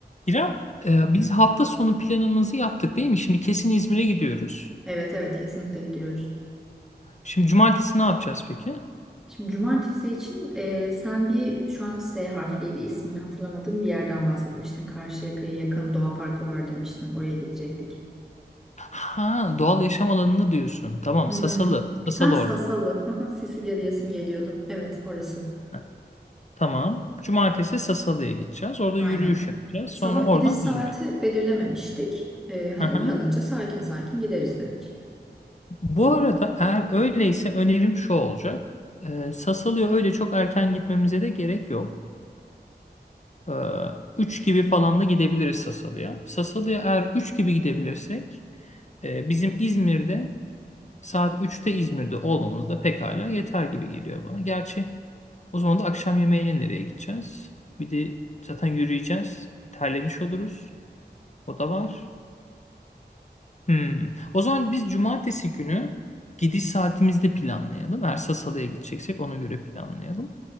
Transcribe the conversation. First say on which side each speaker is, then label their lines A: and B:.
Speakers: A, on the left; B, in the centre.
A: İrem, e, biz hafta sonu planımızı yaptık değil mi? Şimdi kesin İzmir'e gidiyoruz.
B: Evet evet kesinlikle gidiyoruz.
A: Şimdi cumartesi ne yapacağız peki?
B: Şimdi cumartesi için e, sen bir şu an S harfliydi ismini hatırlamadığım bir yerden bahsetmiştin. Karşıyaka'ya yakın doğa parkı var demiştin. Oraya gidecektik.
A: Ha, doğal yaşam alanını diyorsun. Tamam,
B: Hmm.
A: Sasalı. Sasalı
B: Ha Sasalı.
A: Ormanı.
B: <laughs> Sicilya diyesim geliyordu. Evet orası.
A: Ha, Tamam. Cumartesi Sasalı'ya gideceğiz. Orada
B: Aynen.
A: yürüyüş yapacağız.
B: Sabah
A: Sonra oradan
B: gidiş saati
A: döneceğiz.
B: belirlememiştik. E, hani
A: Aha.
B: uyanınca sakin sakin gideriz dedik.
A: Bu arada eğer öyleyse önerim şu olacak. E, Sasalı'ya öyle çok erken gitmemize de gerek yok. E, 3 gibi falan da gidebiliriz Sasalı'ya. Sasalı'ya eğer 3 gibi gidebilirsek e, bizim İzmir'de Saat üçte İzmir'de olmamız da pekala yeter gibi geliyor bana. Gerçi o zaman da akşam yemeğine nereye gideceğiz? Bir de zaten yürüyeceğiz. Terlemiş oluruz. O da var. Hmm. O zaman biz cumartesi günü gidiş saatimizde planlayalım. Eğer Sasalı'ya gideceksek ona göre planlayalım.